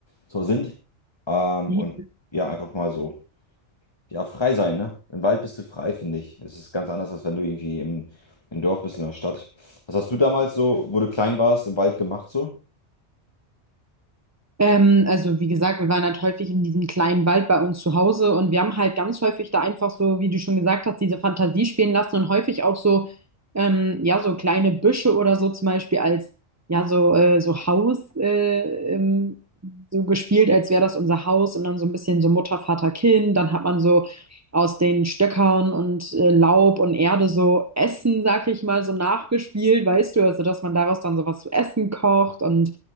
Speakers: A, on the left; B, on the right.
A: so sind. Ähm,
B: <laughs>
A: und ja, einfach mal so, ja, frei sein, ne? Im Wald bist du frei, finde ich. Es ist ganz anders, als wenn du irgendwie im, im Dorf bist, in der Stadt. Was hast du damals so, wo du klein warst, im Wald gemacht so?
B: Ähm, also wie gesagt, wir waren halt häufig in diesem kleinen Wald bei uns zu Hause und wir haben halt ganz häufig da einfach so, wie du schon gesagt hast, diese Fantasie spielen lassen und häufig auch so, ähm, ja, so kleine Büsche oder so zum Beispiel als, ja, so, äh, so Haus, äh, ähm, so gespielt, als wäre das unser Haus und dann so ein bisschen so Mutter, Vater, Kind. Dann hat man so aus den Stöckern und äh, Laub und Erde so Essen, sag ich mal, so nachgespielt, weißt du, also dass man daraus dann sowas zu essen kocht und